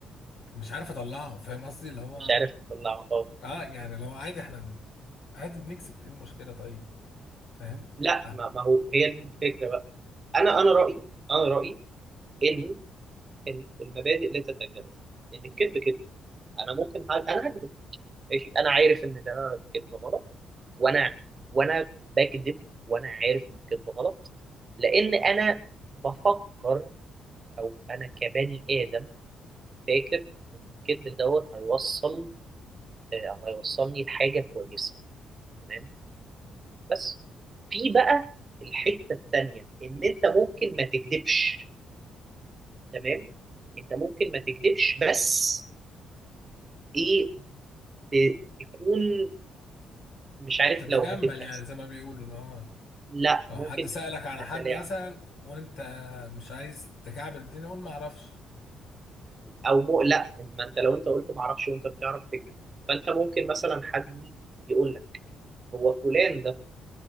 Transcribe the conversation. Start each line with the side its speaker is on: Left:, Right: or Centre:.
Left: مش عارف اطلعه فاهم قصدي اللي هو
Right: مش عارف تطلع اه
Left: اه يعني لو عادي احنا عادي بنكسب ايه المشكله طيب فاهم
Right: لا
Left: <laughs>
Right: ما, ما هو هي دي الفكره بقى انا انا رايي انا رايي ان ان المبادئ لا تتجزأ ان الكذب كده انا ممكن هك- انا هكذب ماشي انا عارف ان ده كذب غلط وانا وانا بكذب وانا عارف ان الكذب غلط لان انا بفكر او انا كبني ادم فاكر ان الكذب دوت هيوصل آه، او هيوصلني لحاجه كويسه تمام بس في بقى الحته التانيه ان انت ممكن ما تكذبش تمام انت ممكن ما تكذبش بس ايه ت- تكون مش عارف
Left: تتجمل
Right: لو هتبقى
Left: يعني زي ما بيقولوا اللي هو
Right: لا
Left: لو
Right: ممكن
Left: حد سألك على
Right: تتلاعب
Left: حد مثلا وانت مش عايز تكعبل الدنيا قول ما اعرفش
Right: او مقلق ان ما انت لو انت قلت ما اعرفش وانت بتعرف تكذب فانت ممكن مثلا حد يجي يقول لك هو فلان ده